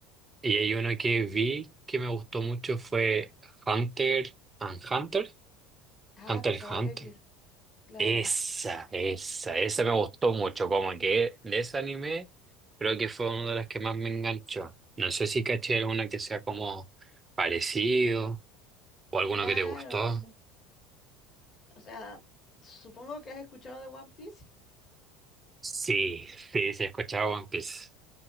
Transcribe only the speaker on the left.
Ah,
Cazador
X, claro,
claro.
O sea, supongo que has escuchado de One Piece.